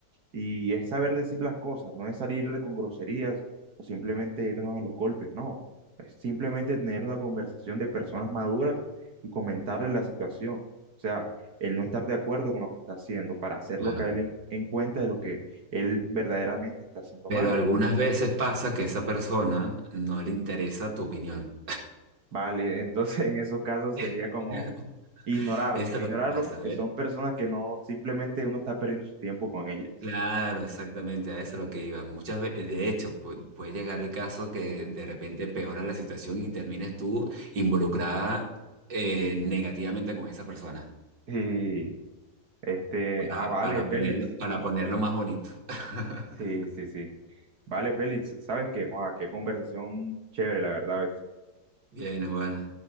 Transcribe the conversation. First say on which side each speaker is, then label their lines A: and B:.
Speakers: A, on the right; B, on the right.
A: Y es saber decir las cosas, no es salirle con groserías o simplemente irnos a los golpes, no. Es simplemente tener una conversación de personas maduras y comentarle la situación. O sea, el no estar de acuerdo con lo que está haciendo para hacerlo
B: claro.
A: caer en, en cuenta de lo que él verdaderamente está haciendo
B: Pero
A: mal.
B: algunas veces pasa que a esa persona no le interesa tu opinión.
A: Vale, entonces <laughs> en esos casos
B: <laughs>
A: sería como ignorarlo,
B: Eso
A: ignorarlo
B: es lo que pasa,
A: porque
B: ¿ves?
A: son personas que no, simplemente uno está perdiendo su tiempo con ellas.
B: Claro, exactamente, a eso es lo que iba. Muchas veces, de hecho, pu- puede llegar el caso que de repente peora la situación y termines tú involucrada eh, negativamente con esa persona,
A: Y este,
B: para,
A: ah, vale,
B: para
A: Félix.
B: ponerlo, para ponerlo más bonito. <laughs>
A: Sí, sí, sí. Vale, Félix, ¿sabes qué? Joa, qué conversación chévere, la verdad, ¿viste?
B: Bien, Juan.